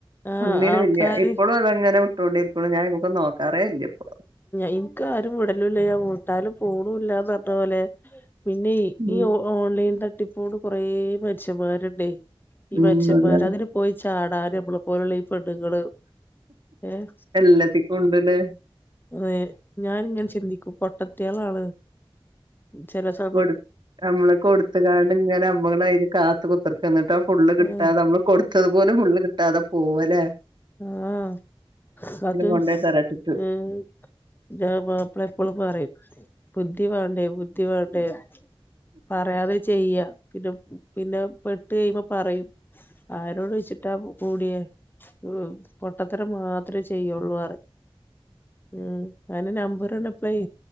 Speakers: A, on the left (about 20°); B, on the right (about 50°).
A: ആഹ്
B: ഒന്നിനും
A: ആൾക്കാര്
B: ഇല്ല എപ്പോഴും അതങ്ങനെ ട്ടൊടിരിക്കള്ളു ഞാനൈമക്കൊന്നും നോക്കാറേ ഇല്ല ഇപ്പോ
A: ഇൻക്ക് ആരും വിടലുംല്ല ഞാൻ വിട്ടാലും പോണില്ലന്ന് പറഞ്ഞ പോലെ പിന്നെ
B: ഉം
A: ഈഓ ഓൺലൈൻ തട്ടിപ്പോട് കുറെ മനുഷ്യന്മാരുണ്ടേ ഈ
B: ഉം
A: മനുഷ്യന്മാര്
B: അതാണ്
A: അങ്ങനെ പോയി ചാടാന് നമ്മെ പോലെയുള്ള ഈ പെണ്ണുങ്ങള് ഏഹ്
B: എല്ലത്തിക്കും ഉണ്ട് ല്ലേ
A: അതെ ഞാനിങ്ങനെ ചിന്തിക്കും പൊട്ടത്തിയൾ ആണ് എന്ന് ചെല സമയ
B: കൊട് നമ്മള് കൊട്ത്ത് ങ്ങാണ്ട് ഇങ്ങനെ നമ്മള്‌ അയിന് കാത്ത് കുത്ത്റ്ക്ക എന്നിട്ടൊ ഫുള് കിട്ടാതെ
A: ആഹ്
B: നമ്മള് കൊടുത്തത് പോലും ഫുള് കിട്ടാതെ പോവല്ലെ
A: ആഹ് അത്
B: കൊണ്ടോയി തരട്ടിട്ട്
A: ഉം ന്റ മാപ്ലള എപ്പോളും പറിം ബുദ്ധി വാണ്ടേ ബുദ്ധി വാണ്ടേ പറയാതെ ചെയ്യാ പിന്നെ പിന്നെ പെട്ട് കഴിയുമ്പോ പറയും ആരോട് ചോയിച്ചിട്ടാ കൂടിയേ ഓ പൊട്ടത്തരം മാത്ര ചെയ്യുള്ളൂറിയും ഉം അന്റെ നമ്പർ കണ്ടപ്ലേ